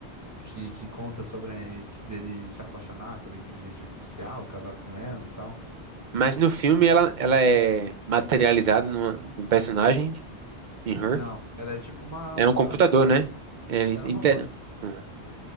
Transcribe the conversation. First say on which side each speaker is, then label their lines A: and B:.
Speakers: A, on the right; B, on the right.
A: que, que conta sobre que- dele se apaixonar pela inteligência artificial, casar com ela e tal.
B: Mas no filme ela, ela é materializada numa- num personagem, em Her.
A: Não, ela é tipo uma.
B: É um computador,
A: Ela é uma voz.
B: né? Ele,
A: Ela
B: inte-
A: é uma voz.
B: Ah.